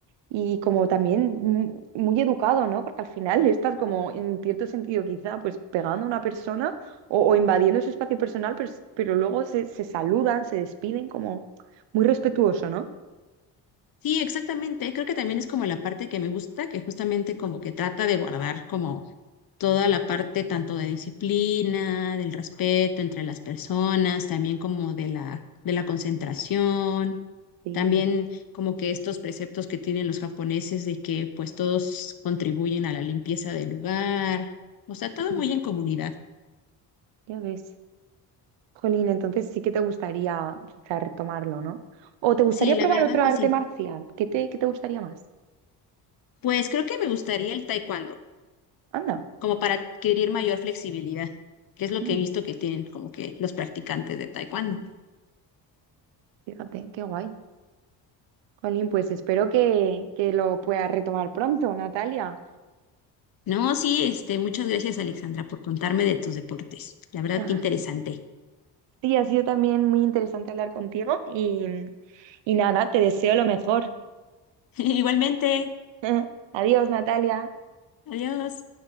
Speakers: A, on the right; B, on the left.
A: y como también mm, muy educado, ¿no? Porque al final <laughs> estás como en cierto sentido quizá pues pegando a una persona o, o invadiendo su espacio personal, pero, s- pero luego se, se saludan, se despiden como muy respetuoso, ¿no?
B: Sí, exactamente. Creo que también es como la parte que me gusta, que justamente como que trata de guardar como toda la parte tanto de disciplina, del respeto entre las personas, también como de la, de la concentración,
A: Sí,
B: también como que estos preceptos que tienen los japoneses de que pues todos contribuyen a la limpieza del lugar, o sea, todo
A: Mm,
B: muy en comunidad.
A: ya ves. Jolín, entonces sí que te gustaría quizá retomarlo, ¿no? ¿O te gustaría
B: Sí, la
A: probar
B: verdad
A: otro
B: que
A: arte
B: sí.
A: marcial? ¿Qué te, qué te gustaría más?
B: Pues creo que me gustaría el taekwondo.
A: Anda,
B: como para adquirir mayor flexibilidad, que es lo
A: mm,
B: que he visto que tienen como que los practicantes de taekwondo.
A: fíjate, qué guay. Jolín, pues espero que, que lo puedas retomar pronto, Natalia.
B: No, sí, este, muchas gracias, Alexandra, por contarme de tus deportes. La verdad,
A: <laughs>
B: que interesante.
A: Sí, ha sido también muy interesante hablar contigo y, y nada, te deseo lo mejor.
B: <laughs> Igualmente,
A: <laughs> Adiós, Natalia.
B: adiós.